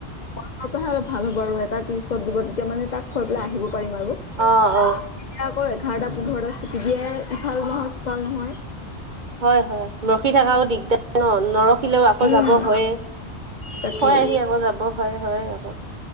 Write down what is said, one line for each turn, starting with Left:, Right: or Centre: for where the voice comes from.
Left: <unintelligible> পৰাহে অলপ ভাল হ'ব আৰু এটা ত্ৰিশত দিব তেতিয়া মানে তাক থৈ পেলাই আহিব পাৰিম আৰু
Right: অ অ
Left: এতিয়া আকৌ এঘাৰটা পোন্ধৰতে ছুটি দিয়ে ইফালো নহয় সিফাল নহয়
Right: হয় হয় ৰখি থকাও দিগদাৰ ন নৰখিলেও আকৌ
Left: উম
Right: যাব হয়
Left: তাকেই
Right: হয় আহি আকৌ যাব হয় হয় আকৌ